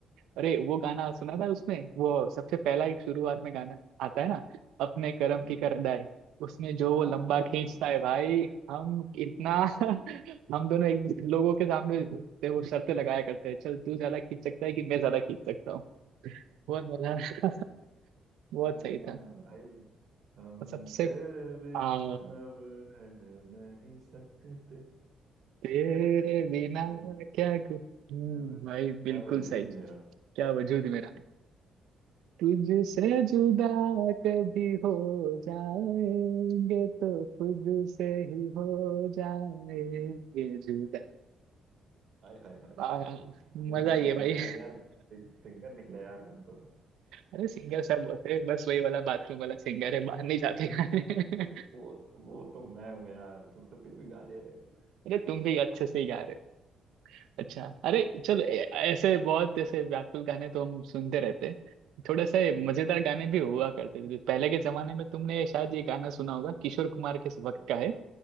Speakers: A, on the right; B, on the right.
A: अरे वो गाना सुना था उसमें वो सबसे पहला
B: हम्म,
A: ही शुरुआत में गाना आता है ना अपने कर्म
B: हम्म।
A: की कर अदाय उसमें जो
B: हाँ
A: वो लंबा खींचता है भाई हम इतना
B: ओ
A: <laughs>
B: भाई
A: हम दोनों एक दूसरे लोगों के सामने से वो शर्तें लगाया करते हैं चल तू ज्यादा खींच सकता है कि मैं ज्यादा खींच सकता हूँ बहुत मजा बहुत
B: आ, भाई
A: सही था
B: हम
A: और सबसे
B: तेरे बिन
A: आ,
B: अब रह नहीं सकते
A: तेरे
B: <laughs>
A: बिना
B: आओ
A: क्या कु- हम्म
B: क्या भाई
A: भाई
B: क्या
A: बिल्कुल
B: वजूद
A: सही
B: मेरा
A: क्या वजूद मेरा तुझसे जुदा कभी हो जाएंगे तो खुद से ही हो जाएंगे जुदा
B: हाय हाय हाय
A: वाह
B: हाय हाय मजेदार
A: मजा आई
B: मजेदार
A: है भाई
B: यार सिंगर निकला यार तुम तो
A: अरे सिंगर सब होते हैं बस वही वाला बाथरूम वाला सिंगर है बाहर नहीं जाते गाने
B: वो वो वो तो मैं हूँ यार तुम तो फिर भी गा ले रहे हो
A: अरे तुम भी अच्छे से गा रहे हो अच्छा अरे चलो ए- ऐसे बहुत ऐसे व्याकुल गाने तो हम सुनते रहते हैं। थोड़ा सा ये
B: हम्म,
A: मजेदार गाने भी हुआ करते थे पहले के जमाने में तुमने शायद ये गाना सुना
B: भाई
A: होगा किशोर कुमार के वक्त
B: कौन-
A: का है